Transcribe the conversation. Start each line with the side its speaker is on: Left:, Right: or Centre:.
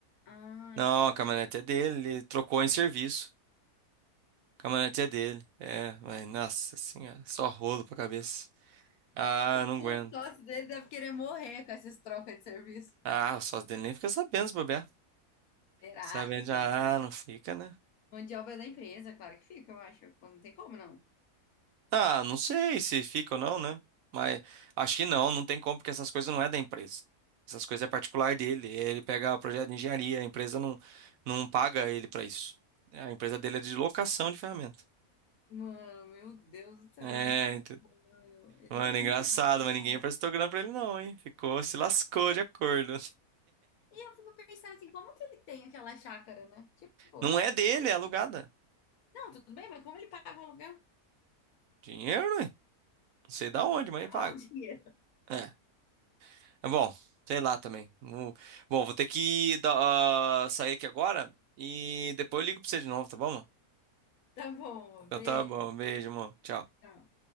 Left: Ah,
Right: Não,
Left: eu achei que
Right: a
Left: a
Right: caminhonete
Left: minha.
Right: é dele, ele trocou em serviço. A caminhonete é dele. É, mas nossa senhora, só rolo pra cabeça. Ah,
Left: O,
Right: não aguento.
Left: o sócio dele deve querer morrer com essas trocas de serviço.
Right: Ah, o sócio dele nem fica sabendo se bobear.
Left: Será
Right: Sabendo,
Left: que fica?
Right: já, ah, não fica, né?
Left: Mão de obra da empresa, claro que fica, eu acho. Pô, Não tem como, não.
Right: Ah, não sei se fica ou não, né? Mas acho que não, não tem como, porque essas coisas não é da empresa. Essas coisas é particular dele. Ele pega o projeto de engenharia, a empresa não, não paga ele pra isso. A empresa dele é de locação de ferramenta.
Left: Mano, meu Deus do céu,
Right: É,
Left: muito bom, mano. Ele
Right: Mano,
Left: é genial,
Right: engraçado, mas ninguém
Left: cara.
Right: emprestou grana pra ele não, hein? Ficou, se lascou de acordo.
Left: E eu fico pensando assim, como que ele tem aquela chácara, né? Tipo,
Right: Não é dele,
Left: como
Right: é alugada.
Left: Não, tudo bem, mas como ele paga o aluguel?
Right: Dinheiro, hein? Não sei da onde,
Left: <laughs>
Right: mas
Left: Qual
Right: ele paga.
Left: o dinheiro?
Right: É. É bom, sei lá também. Vou- Bom, vou ter que dar- ah, sair aqui agora e depois eu ligo pra você de novo, tá bom, mano?
Left: Tá bom,
Right: Então
Left: beijo.
Right: tá bom, beijo, amor. Tchau.
Left: Tchau.